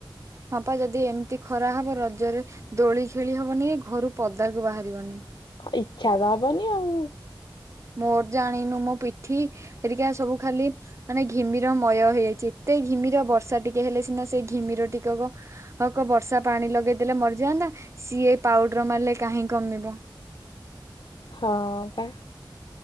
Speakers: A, on the right; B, on the left.
A: ହଁ ପା ଯଦି ଏମିତି ଖରା ହବ ରଜରେ ଦୋଳି ଖେଳି ହବନି ଘରୁ ପଦାକୁ ବାହାରିବନି।
B: ଇଚ୍ଛା ତ ହବନି ଆଉ।
A: ମୋର ଜାଣିନୁ ମୋ ପିଠି ହେରିକା ସବୁ ଖାଲି ମାନେ ଘିମିର ମୟ ହେଇଯାଇଛି। ଏତେ ଘିମିର ବର୍ଷା ଟିକେ ହେଲେ ସିନା ସେଇ ଘିମିର ଟିକେ କ ହକ ବର୍ଷା ପାଣି ଲଗେଇଦେଲେ ମରିଯାଆନ୍ତା। ସିଏ ପାଉଡର ମାରିଲେ କାହିଁ କମିବ।
B: ହଁ ପା।